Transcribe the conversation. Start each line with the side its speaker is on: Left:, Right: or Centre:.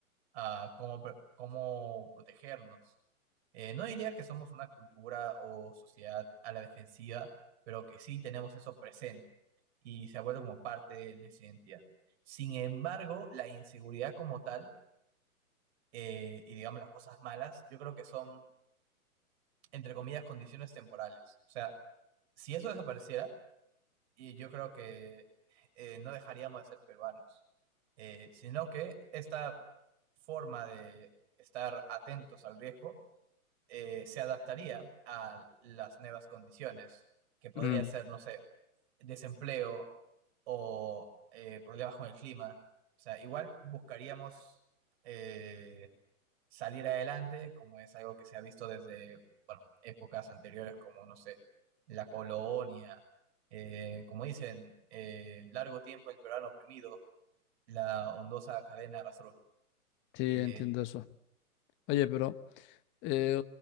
Right: a cómo, pre- cómo protegernos. Eh, no diría que somos una cultura o sociedad a la defensiva, pero que sí tenemos eso presente y se ha vuelto como parte de nuestra identidad. Sin embargo, la inseguridad como tal eh, y digamos las cosas malas, yo creo que son, entre comillas, condiciones temporales. O sea, si eso desapareciera, y yo creo que eh, no dejaríamos de ser peruanos, eh, sino que esta forma de estar atentos al riesgo eh, se adaptaría a las nuevas condiciones, que podría
Left: Mm,
Right: ser, no sé, desempleo o eh, problemas con el clima. O sea, igual buscaríamos eh, salir adelante, como es algo que se ha visto desde, bueno, épocas anteriores, como, no sé, la colonia, eh, como dicen, eh, largo tiempo el peruano oprimido, la ondosa cadena arrastró.
Left: sí,
Right: Eh,
Left: entiendo eso. Oye, pero... eh,